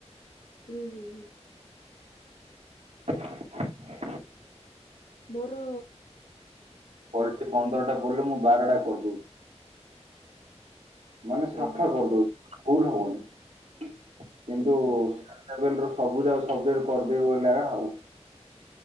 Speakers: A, on the left; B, on the right.
A: ହୁଁ ହୁଁ ହୁଁ।
B: <inaudible>
A: ମୋର
B: ପଡ଼ିଚି ପନ୍ଦରଟା ପଡିଲେ ମୁଁ ବାରଟା କରିଦେବି। ମାନେ ସାଫା
A: ଉଁ ହୁଁ
B: କରିଦଉ ଭୁଲ ହବନି। କିନ୍ତୁ
A: ଉଁ ହୁଁ
B: <unintelligible> ସବୁ ଯାକ ସବଜେକ୍ଟ କର୍ଦେବି ବଲି ଆଗା ଆଉ।